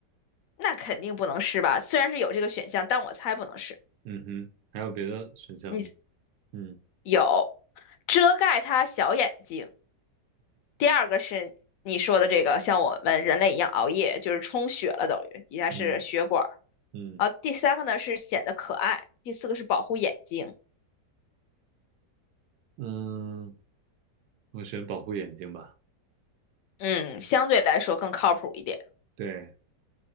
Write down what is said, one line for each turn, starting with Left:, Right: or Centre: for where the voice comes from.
Left: 那肯定不能是吧？虽然是有这个选项，但我猜不能是。
Right: 嗯哼，还有别的选项吗？
Left: 你
Right: 嗯
Left: 有遮盖它小眼睛，第二个是你说的这个，像我们人类一样熬夜，就是充血了，等于底下是血管儿。
Right: 嗯嗯
Left: 然后第三个呢是显得可爱，第四个是保护眼睛，
Right: 嗯，我选保护眼睛吧。
Left: 嗯，相对来说更靠谱一点。
Right: 对，